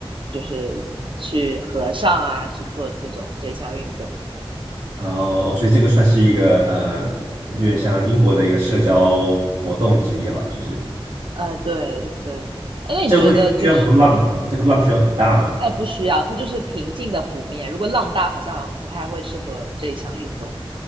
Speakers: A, on the right; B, on the right.
A: 就是去河上啊，去做这种这项运动。
B: 哦，所以这个算是一个呃，有点像英国的一个社交活动之一了，就是
A: 呃，对对。哎，那你觉得就是，
B: 这个会需要很多浪吗？这个浪需要很大吗？
A: 哎，不需要，它就是平静的湖面，如果浪大，好像不太会适合这一项运动。